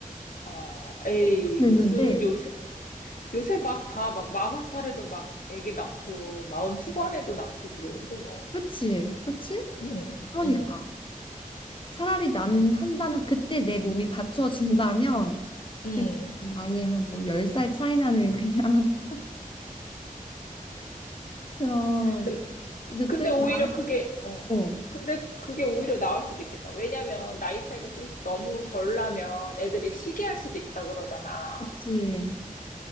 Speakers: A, on the left; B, on the left.
A: 아, 에이,
B: 했는데,
A: 무슨 요새, 요새 막 다 막 마흔 살에도 막 애기 낳고, 마흔 후반에도 낳고 그러는데 뭐.
B: 그치, 그치?
A: 음,
B: 그러니까
A: 음,
B: 차라리 나는 한다면 그때 내 몸이 받쳐준다면
A: 음.
B: 그냥 아예 한뭐 열살 차이 나는 그냥 <laughs> 그런
A: 근-
B: 늦둥이
A: 근데 오히려 그게, 어,
B: 나고
A: 근데 그게 오히려 나을 수도 있겠다. 왜냐면 나이 차이가 좀 너무 덜 나면 애들이 시기할 수도 있다 그러잖아.
B: 그치